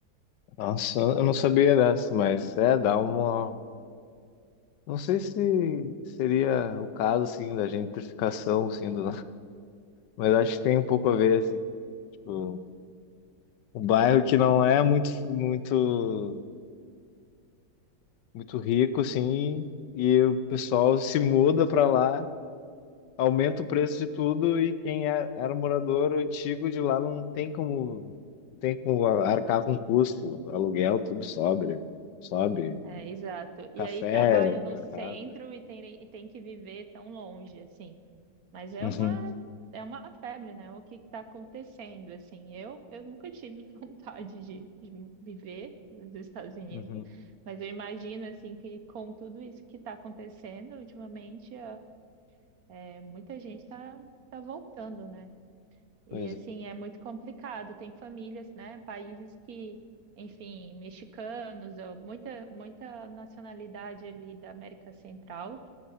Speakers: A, on the left; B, on the right.
A: Nossa, eu não sabia dessa, mas é, dá uma. Não sei se seria o caso, assim, da gentrificação, assim, do Mas acho que tem um pouco a ver, assim, tipo, um bairro que não é muito, muito, muito rico, assim, e o pessoal se muda para lá, aumenta o preço de tudo, e quem é- era morador antigo de lá não tem como, não tem como arcar com custo, aluguel, tudo sobe, sobe,
B: É, exato.
A: café,
B: E aí trabalha
A: mercado.
B: no centro e tem, e tem que viver tão longe, assim. Mas é
A: Uhum,
B: uma é uma febre, né? O que está acontecendo? Assim, eu eu nunca tive <laughs> vontade de, de viver nos Estados Unidos,
A: uhum,
B: mas eu imagino assim que com tudo isso que está acontecendo ultimamente, a- é, muita gente está tá tá voltando, né? E
A: pois
B: assim
A: é.
B: é muito complicado. Tem famílias, né? Países que, enfim, mexicanos ou muita muita nacionalidade ali da América Central